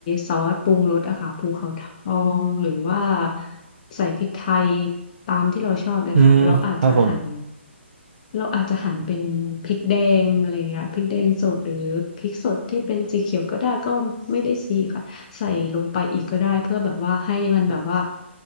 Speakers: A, on the left; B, on the right.
A: ซอสปรุงรสอะค่ะภูเขาทองหรือว่าใส่พริกไทยตามที่เราชอบเลยค่ะเราอาจจะหั่น
B: อืมครับผม
A: เราอาจจะหั่นเป็นพริกแดงอะไรอย่างเงี้ยพริกแดงสดหรือพริกสดที่เป็นสีเขียวก็ได้ก็ไม่ได้สีค่ะ ใส่ลงไปอีกก็ได้เพื่อแบบว่าให้มันแบบว่า